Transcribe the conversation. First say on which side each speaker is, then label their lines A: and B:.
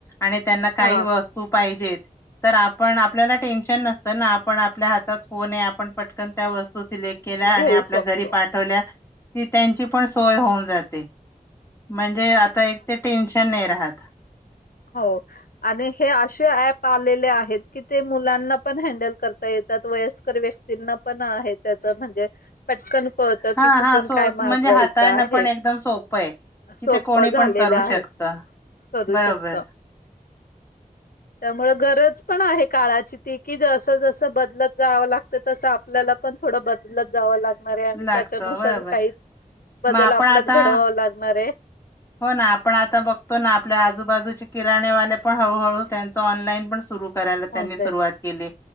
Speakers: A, on the left; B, on the left.
A: आणि त्यांना काही
B: हा
A: वस्तू पाहिज तर आपण आपल्याला टेन्शन नसतं ना, आपण आपल्या हातात फोने आपण पटकन त्या वस्तू तो सिलेट केल्या, आणि
B: घेऊ
A: आपल्या
B: शकतो
A: घरी पाठवल्या. ती त्यांची पण सोय होऊन जाते, म्हणजे आता एक ते टेन्शन नाही राहत.
B: हो. आणि हे असे ऍप आलेले आहेत की, ते मुलांना पण हँडल करता येत. वयस्कर व्यक्तींना पण आहे, त्याच म्हणजे पटकन कळत
A: हा
B: की कुठून
A: हा सो
B: काय मागवायचं
A: म्हणजे हाताळणं
B: आहे.
A: पण एकदम सोपं आहे. कि
B: सोप
A: ते कोणी
B: झालेल्या
A: पण करू
B: आहे,
A: शकत
B: करू
A: बरोबर
B: शकतो त्यामुळे गरज पण आहे, काळाची ती की जसं जसं बदलत जावं लागतं तसं आपल्याला पण थोडं बदलत जावं लागत <unintelligible> आणि
A: लागत
B: त्याच्यानुसार
A: बरोबर
B: काही बदल
A: मग आपण
B: आपल्यात
A: आता
B: घडवावा लागणार आहे.
A: हो ना, आपण आता बघतो ना आपल्या आजूबाजूचे किराणेवाले पण हळूहळू त्यांच ऑनलाईन पण सुरू करायला त्यांनी
B: ऑनलाईन
A: सुरुवात केली,